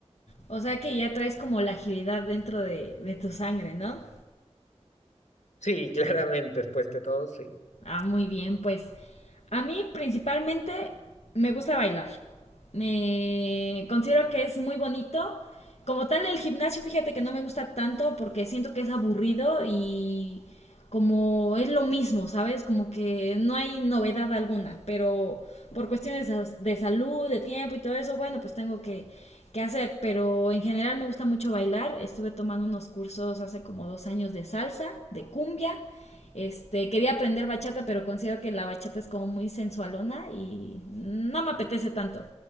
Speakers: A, on the left; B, on the left.
A: O sea que ya traes como la agilidad dentro de, de tu sangre, ¿no?
B: Sí, <laughs> claramente, después de todo, sí.
A: Ah, muy bien, pues a mí principalmente me gusta bailar. Me considero que es muy bonito. Como tal, el gimnasio, fíjate que no me gusta tanto porque siento que es aburrido y como es lo mismo, ¿sabes? Como que no hay novedad alguna, pero por cuestiones de, de salud, de tiempo y todo eso, bueno, pues tengo que, que hacer. Pero en general me gusta mucho bailar. Estuve tomando unos cursos hace como dos años de salsa, de cumbia este, quería aprender bachata, pero considero que la bachata es como muy sensualona y no me apetece tanto.